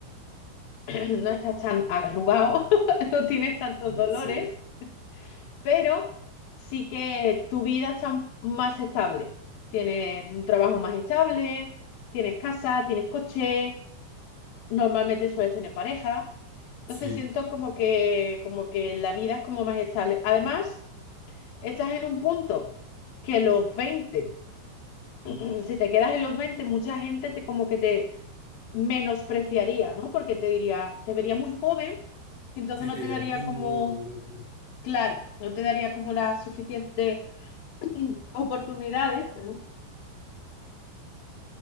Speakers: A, on the left; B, on the left.
A: <clears throat> no estás tan arrugado, <laughs> no tienes tantos
B: <laughs>
A: dolores
B: sí,
A: pero sí que tu vida está más estable. Tienes un trabajo más estable, tienes casa, tienes coche, normalmente sueles tener pareja. Entonces
B: sí.
A: siento como que, como que la vida es como más estable. Además, estás en un punto que los 20, <clears throat> si te quedas en los 20 mucha gente te como que te menospreciaría, ¿no? Porque te diría, te vería muy joven, y entonces
B: Si
A: no
B: te dirían
A: te daría
B: niño
A: como,
B: o algo así.
A: claro, no te daría como la suficiente oportunidades, perdón.